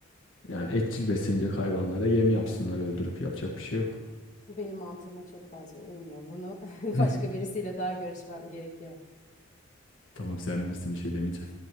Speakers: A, on the left (about 70°); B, on the left (about 40°).
A: Yani etçil beslenecek hayvanlara yem yapsınlar öldürüp yapacak bir şey yok.
B: Bu benim mantığıma çok fazla uymuyor. Bunu <laughs>
A: <laughs>
B: başka birisiyle daha görüşmem gerekiyor.
A: Tamam sen bilirsin bir şey demeyeceğim.